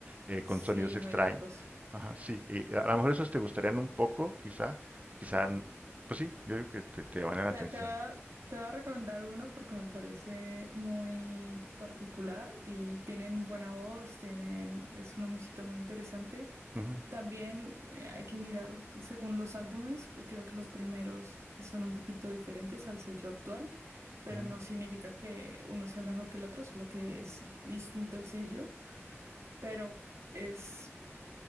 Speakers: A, on the right; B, on the right.
A: eh, con
B: sí,
A: sonidos extraños.
B: muy locos.
A: Ajá, sí, y a a lo mejor esos te gustarían un poco, quizá, quizá, n- pues sí, yo digo que te, te llaman la
B: Te,
A: atención.
B: te voy a, te voy a recomendar uno porque me parece muy particular y tienen buena voz, tienen, es una música muy interesante.
A: Ujú,
B: También eh, hay que mirar según los álbumes, creo que los primeros son un poquito diferentes al sello actual, pero
A: ujú,
B: no significa que uno sea mejor que el otro, solo que es distinto el sello, pero es,